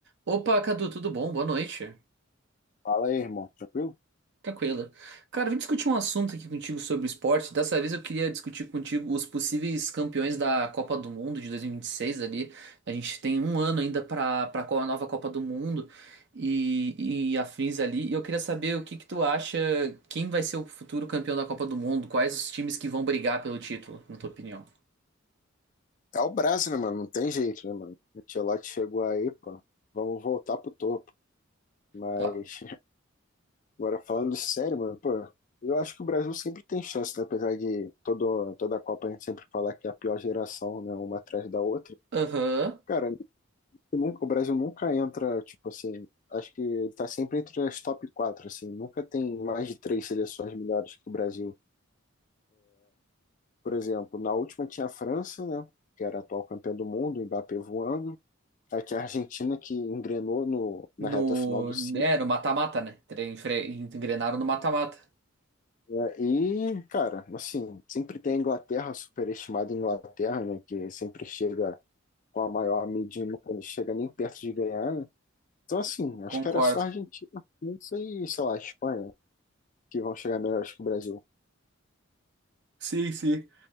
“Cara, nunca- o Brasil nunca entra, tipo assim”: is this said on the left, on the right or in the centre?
Left